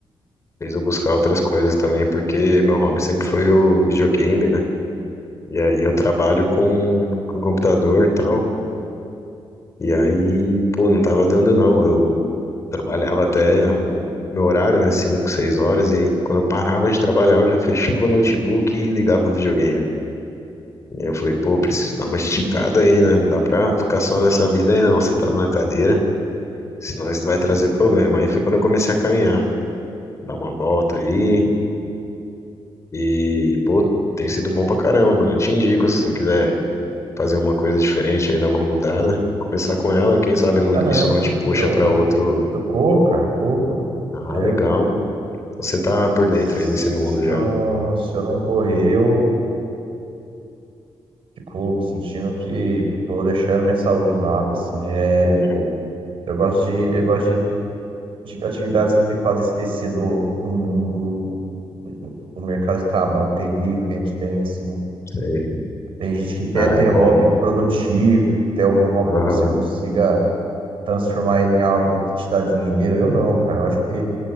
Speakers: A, on the left; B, on the right.
A: Fez eu buscar outras coisas também, porque meu hobby sempre foi o videogame, né? E aí eu trabalho com, com computador e tal. E aí, pô, não tava dando não. Eu trabalhava até o meu horário, né? Cinco, seis horas. E aí, quando eu parava de trabalhar, eu já fechava o notebook e ligava o videogame. E aí eu falei, pô, preciso dar uma <laughs> esticada aí, né? Não dá pra ficar só nessa vida aí não, sentado na cadeira. Senão isso vai trazer problema. Aí foi quando eu comecei a caminhar. Dar uma volta aí, E, pô, tem sido bom pra caramba, mano. Eu te indico, se você quiser fazer uma coisa diferente aí, dar uma mudada, começar com ela, quem sabe não-
B: Ah, não,
A: isso não te puxa
B: eu,
A: pra outro.
B: eu corro, cara, eu corro,
A: Ah,
B: né?
A: legal,
B: É,
A: pô. Você tá por dentro
B: se
A: aí desse mundo já.
B: eu não, se eu não correr, eu fico sentindo que, que eu tô deixando minha saúde de lado, assim, é...
A: Uhum,
B: Eu gosto de, eu gosto de de atividades que me fazem esquecer do, do mundo, do, do mercado de trabalho terrível que a gente tem, assim.
A: sei.
B: Tem gente que quer
A: Ah,
B: ter
A: é bom.
B: hobby produtivo, ter algum hobby
A: Aham,
B: que você consiga transformar ele em algo que te dá dinheiro. Eu não, cara. Eu acho que